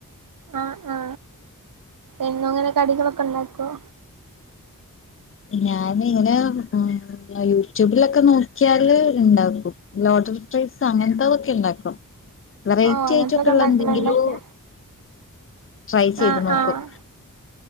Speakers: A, on the right; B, on the left.
A: ആഹ് ആ എന്നും അങ്ങനെ കടികളൊക്ക ഉണ്ടാക്കോ
B: ഞാന് ഇങ്ങന മ്ം അ യൂട്യൂബിലൊക്കെ നോക്കിയാല് ഇണ്ടാക്കും ലോട്ടറി പിസ്സാ അങ്ങനത്തതൊക്കെ ഇണ്ടാക്കും വെറൈറ്റി
A: ഓഹ് അങ്ങനത്തൊക്കെ
B: അ യിറ്റക്കൊള്ള
A: ഉണ്ടാക്കലുണ്ടൊക്കെ
B: എന്തെങ്കിലോ ട്രൈ ചെയ്ത്
A: ആഹ്
B: നോക്കും
A: ആഹ്